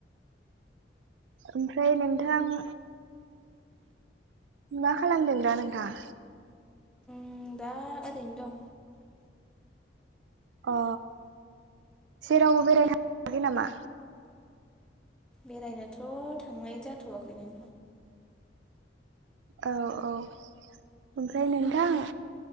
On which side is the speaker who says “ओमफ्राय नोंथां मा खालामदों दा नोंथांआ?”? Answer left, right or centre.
Right